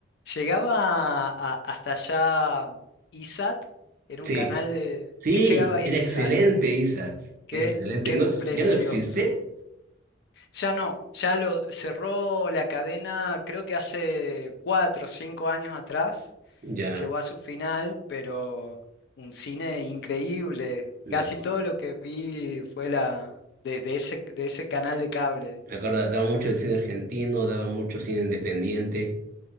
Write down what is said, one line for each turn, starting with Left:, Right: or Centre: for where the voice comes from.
Left: Llegaba a- hasta allá ISAT, era
Right: Sí,
Left: un canal de...
Right: sí,
Left: Sí llegaba ISAT,
Right: era excelente, Isaac,
Left: qué,
Right: era excelente.
Left: qué
Right: No,
Left: precioso.
Right: ex- ¿ya no existe?
Left: Ya no, ya lo cerró la cadena, creo que hace cuatro o cinco años atrás,
Right: Ya,
Left: llegó a su final, pero un cine increíble.
Right: me
Left: Casi
Right: acuerdo.
Left: todo lo que vi fue la, de, de ese, de ese canal de cable.
Right: Me acuerdo, daba mucho el cine argentino, daba mucho cine independiente.